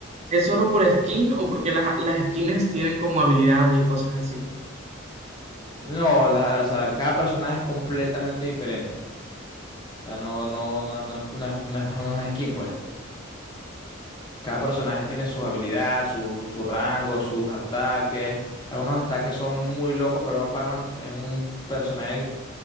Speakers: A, on the right (about 35°); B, on the left (about 20°).
A: ¿Es solo por skin o porque las, las skins tienen como habilidades y cosas así?
B: No, la- la- o sea, cada personaje es completamente diferente. O sea, no, no, no, no, no es- no, es no es- no skin, pues. Cada personaje tiene sus habilidades, su, su rango, sus ataques. Algunos ataques son muy locos, pero no Pac-Man es un personaje